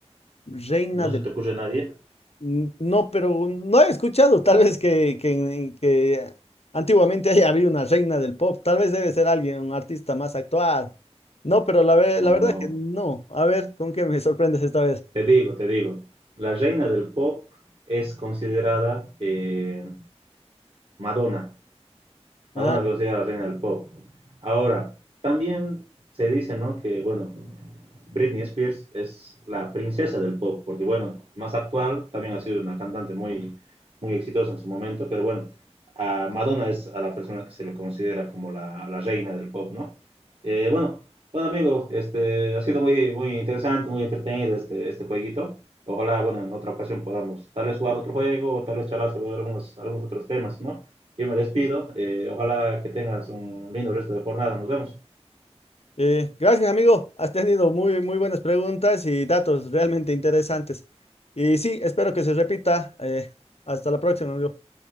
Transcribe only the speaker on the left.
Reina
de...
No, pero no he escuchado tal vez que, que, que antiguamente haya habido una reina del pop. Tal vez debe ser alguien, un artista más actual. No, pero la, ve-
la verdad
que no. A ver, ¿con qué me sorprendes esta vez?
Ajá.
Eh, gracias, amigo. Has tenido muy, muy buenas preguntas y datos realmente interesantes. Y sí, espero que se repita. Eh, hasta la próxima, amigo.